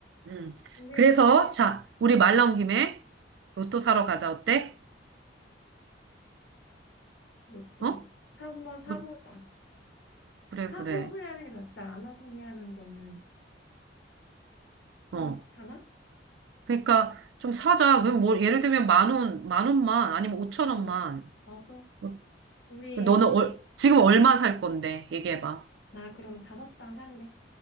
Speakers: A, on the right; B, on the left.
A: 응.
B: 근데
A: 그래서 자, 우리 말 나온 김에 로또 사러 가자. 어때?
B: 로또
A: 어?
B: 사- 한번 사보자.
A: 뭐, 그래,
B: 하고
A: 그래.
B: 후회하는 게 낫지. 안 하고 후회하는 거는
A: 어.
B: 좀 그렇잖아?
A: 그러니까 좀 사자. 그럼 뭐 예를 들면 만 원, 만 원만 아니면 오천
B: 어,
A: 원만.
B: 맞아.
A: 뭐
B: 우리
A: 너는 얼- 지금 얼마 살 건데? 얘기해봐.
B: 나 그러면 다섯 장 살래.